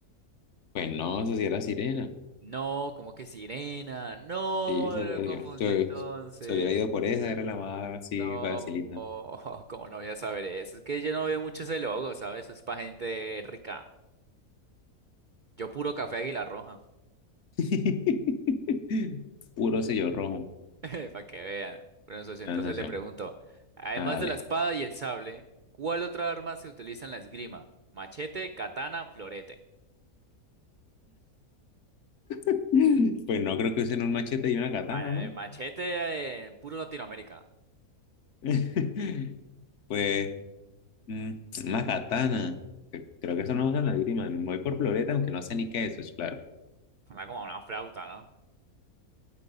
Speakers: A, on the left (about 60°); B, on the right (about 80°).
A: Pues no, eso sí era sirena.
B: No, como que sirena. No,
A: Sí, se
B: lo
A: lo
B: confundí
A: dio. Se,
B: entonces.
A: se hubiera ido por esa, era la más así
B: No,
A: facilita.
B: <laughs> como no voy a saber eso? Es que yo no veo mucho ese logo, ¿sabes? Eso es para gente rica. Yo puro café Águila Roja.
A: <laughs> Puro sello rojo,
B: <laughs> Para que vean. Bueno, socio, entonces
A: la sensación.
B: le pregunto. Además
A: Hágale.
B: de la espada y el sable, ¿cuál otra arma se utiliza en la esgrima? Machete, katana, florete.
A: <laughs> Pues no creo que usen un machete y una
B: El
A: katana,
B: ma-
A: ¿no?
B: el machete, eh, puro Latinoamérica.
A: <laughs> Pues mm, una katana. Cre- Creo que eso no usan la esgrima. Me Voy por floreta, aunque no sé ni qué es eso, claro.
B: Suena como una flauta, ¿no?